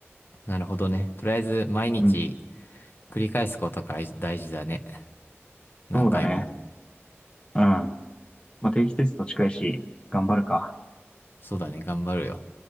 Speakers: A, on the left; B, on the left.
A: なるほどね。とりあえず、毎日
B: うん、
A: 繰り返すことが大事だね。何回も。
B: そうだね。うん。まあ、定期テスト近いし、頑張るか。
A: そうだね、頑張るよ。